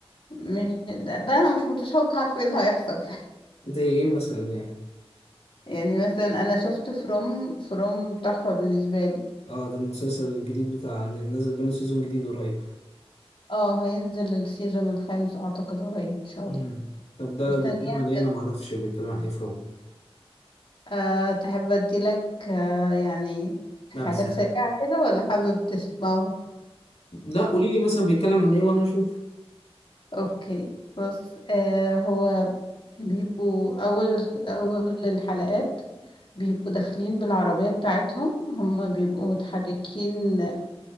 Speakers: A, on the left; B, on the left.
A: مش ده, ده انا مش متشوق عارف ايه اللي هيحصل <laughs>
B: زي ايه مثلا يعني
A: يعني مثلا انا شفت فروم فروم تحفة بالنسبة لي
B: اه ده المسلسل الجديد بتاع نازل منه سيزون جديد قريب
A: اه هينزل السيزون الخامس اعتقد قريب ان شاء
B: مم.
A: الله
B: طب ده
A: مستنياك
B: ده بيتكلم عن ايه انا ما اعرفش بيتكلم عن ايه فروم ده
A: أه تحب ادي لك أه يعني حاجات
B: نبذة
A: سريعة كده ولا حابب تسمعه
B: لا قولي لي مثلا بيتكلم عن ايه وانا اشوف
A: اوكي بص آه هو بيبقوا اول اول الحلقات بيبقوا داخلين بالعربية بتاعتهم هما بيبقوا متحركين